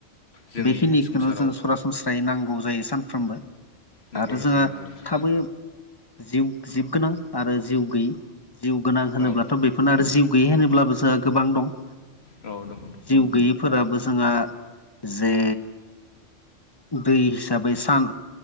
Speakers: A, on the left (about 55°); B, on the left (about 20°).
A: जोंनि
B: बेखिनिखौनो
A: संसाराव
B: जों सरासनस्रायै नांगौ जायो सानफ्रोमबो
A: नंगौ
B: आरो
A: नंगौ
B: जोंहा
A: नोंथां
B: थाबै जिउ जिब गोनां आरो जिउ गैयि जिउ गोनां होनोब्लाथ'
A: औ
B: बेफोरनो आरो जिउ गैयि होनोब्लाबो जोंहा गोबां दं
A: औ दङ दङ सान
B: जिउ गैयिफोराबो जोंहा जे दै हिसाबै सान